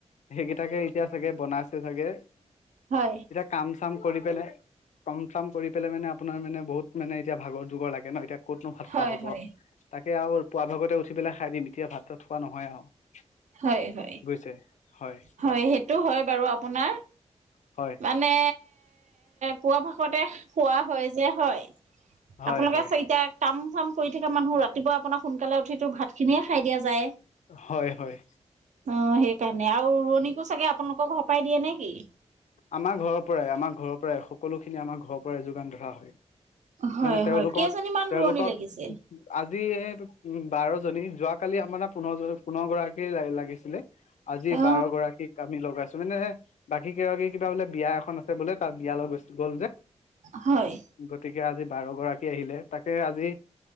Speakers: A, on the left (about 80°); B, on the right (about 80°).
A: সেইকেইটাকে এতিয়া চাগে বনাইছে চাগে।
B: হয়।
A: এতিয়া কাম চাম কৰি পেলাই কাম চাম কৰি পেলাই মানে আপোনাৰ মানে বহুত মানে এতিয়া ভাগৰ যুগৰ লাগে ন এতিয়া ক'তনো ভাত খোৱা
B: হয়
A: হ'ব
B: হয়
A: তাকে আৰু পুৱা ভাগতে উঠি পেলাই খাই দিম এতিয়া ভাত চাত খোৱা নহয় আৰু।
B: হয় হয়।
A: বুজিছে <inaudible>
B: হয় সেইটো হয় বাৰু। আপোনাৰ?
A: হয়
B: মানে পুৱা ভাগতে খোৱা হয় যে হয়।
A: হয়
B: আপোনালোকে
A: হয়
B: ছয়টা কাম চাম কৰি থাকা মানুহ ৰাতিপুৱা আপোনাৰ সোনকালে উঠিটো ভাত খিনিয়ে খাই দিয়া যায়।
A: হয় হয়।
B: অঁ সেইকাৰণে, আৰু ৰুৱনীকো চাগে আপোনালোকৰ ঘৰ পৰাই দিয়ে নে কি?
A: আমাৰ ঘৰৰ পৰাই আম ঘৰৰ পৰাই সকলোখিনি আমাৰ ঘৰৰ পৰাই যোগান ধৰা হয়।
B: হয়
A: মানে তেওঁলোকক,
B: হয় কেইজনীমান
A: তেওঁলোকক
B: ৰোৱনী লাগিছে
A: আজি এ বাৰজনী যোৱাকালি আমাৰ পোন্ধৰ পোন্ধৰ গৰাকীয়ে লাগিছিলে। আজি
B: অ
A: বাৰ গৰাকীক আমি লগাইছো মানে বাকী কেইগৰাকী কিবা বোলে বিয়া এখন আছে বোলে তাত বিয়ালৈ গৈছিল গ'ল যে।
B: হয়।
A: গতিকে আজি বাৰ গৰাকী আহিলে তাকে আজি